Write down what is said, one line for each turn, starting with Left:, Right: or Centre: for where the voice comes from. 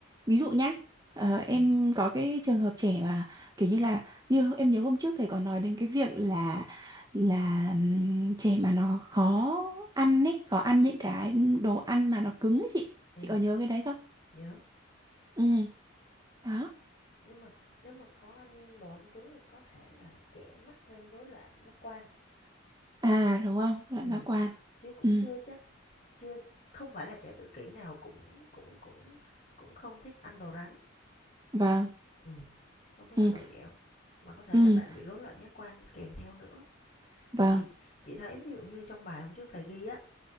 Right: Ví dụ nhá, ờ, em
Left: ừm,
Right: có cái trường hợp trẻ mà kiểu như là như em nhớ hôm trước thầy có nói đến cái việc là là ừm, trẻ mà nó khó ăn ấy khó ăn những cái đồ ăn mà nó cứng ấy chị
Left: ừm,
Right: chị có nhớ cái đấy không
Left: nhớ.
Right: ừ đó
Left: Nhưng mà nếu mà khó ăn đồ ăn cứng thì có thể là trẻ mắc thêm rối loạn giác quan.
Right: à đúng không loại
Left: Ừm,
Right: giác quan
Left: chứ cũng
Right: ừ
Left: chưa chắc chưa không phải là trẻ tự kỷ nào cũng cũng cũng cũng không thích ăn đồ rắn.
Right: vâng
Left: Ừ, không thích
Right: ừ
Left: ăn đồ dẻo, mà có thể
Right: ừ
Left: là bạn bị rối loạn giác quan kèm theo nữa.
Right: vâng
Left: Thì chị thấy ví dụ như trong bài hôm trước thầy ghi á,